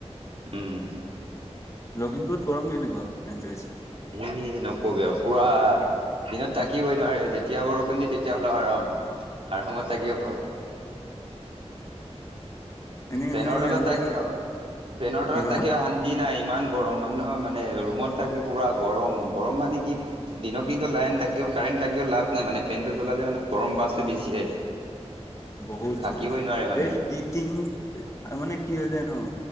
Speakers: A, on the right; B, on the left.
A: উম।
B: লখিমপুৰত গৰম কেনেকুৱা টেম্পপৰ।
A: এ নকবি আৰু পুৰা দিনত থাকিবই নোৱাৰি যেতিয়া। কেতিয়া বৰষুণ দি তেতিয়া হ'লেও আৰাম আৰামত থাকি হব।
B: এনেই
A: পেনৰলত
B: তুমি আজিলৈকে
A: তাকি অ পেনডলত
B: কি ক'লা?
A: তাকি শান্তি নাই ইমান। গৰম মানেহয় মানে ৰুমত থাকে পুৰা গৰম গৰম মানে কি দিনক দিনতো লাইন থাকে কাৰেণ্ট-। তাকি লা নাই মানেনটো চলালেওানে-। গৰম বাছতটো বেছিহে
B: বহুত
A: থাকিবই
B: বহুত
A: নোৱাৰে মানে।
B: এই টি টিং মানে কি হৈ যায় ন